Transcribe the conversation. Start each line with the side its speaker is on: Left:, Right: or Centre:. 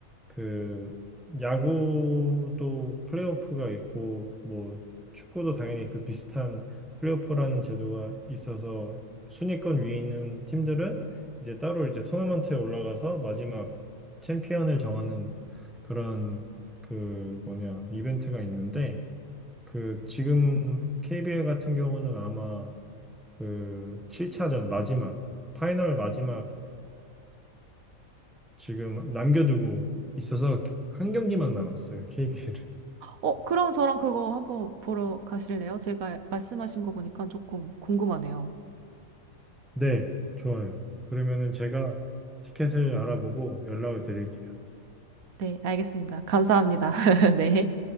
Centre: 그 야구도 플레이오프가 있고 뭐 축구도 당연히 그 비슷한 플레이오프라는 제도가 있어서 순위권 위에 있는 팀들은 이제 따로 이제 토너먼트에 올라가서 마지막 챔피언을 정하는 그런 그 뭐냐 이벤트가 있는데 그 지금 KBL 같은 경우는 아마 그 7차전 마지막 파이널 마지막을 지금 남겨두고 있어서 한 경기만 남았어요, KBL은.
Right: 어, 그럼 저랑 그거 한번 보러 가실래요? 제가 말씀하신 거 보니까 조금 궁금하네요.
Centre: 네, 좋아요. 그러면은 제가 티켓을 알아보고 연락을 드릴게요.
Right: 네, 알겠습니다. 감사합니다. <laughs> 네.